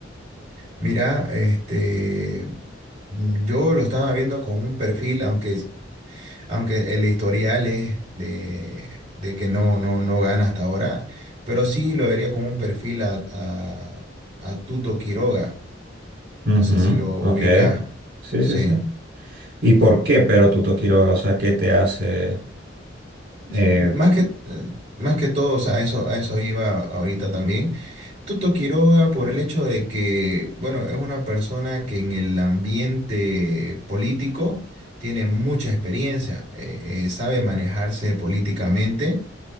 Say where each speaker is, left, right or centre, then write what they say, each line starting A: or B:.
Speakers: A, on the right; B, on the right.
A: Mira, este, mm, yo lo estaba viendo con un perfil, aunque aunque el historial es de, de que no, no, no gana hasta ahora, pero sí lo vería como un perfil a, a, a Tuto Quiroga,
B: Ujú,
A: no sé si lo ubica,
B: ok. Sí, sí,
A: sí.
B: sí. ¿Y por qué Pero Tuto Quiroga? O sea, ¿qué te hace? Eh,
A: M- Más que, eh, más que todo, o sea, a eso, a eso iba ahorita también. Tuto Quiroga por el hecho de que, bueno, es una persona que en el ambiente político tiene mucha experiencia, eh, eh, sabe manejarse políticamente